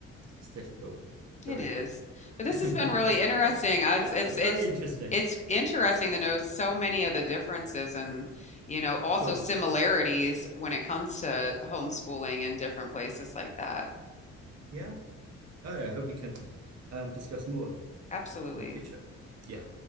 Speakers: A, on the right; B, on the left.
A: it's difficult.
B: It
A: Very,
B: is. But this
A: <laughs>
B: has been really interesting. Uh,
A: yeah,
B: It's it's it's
A: very interesting.
B: it's interesting to know so many of the differences and, you know, also
A: Sure.
B: similarities when it comes to homeschooling in different places like that.
A: Yeah. Oh, yeah, I hope we can um, discuss more
B: Absolutely.
A: in the future. Yeah.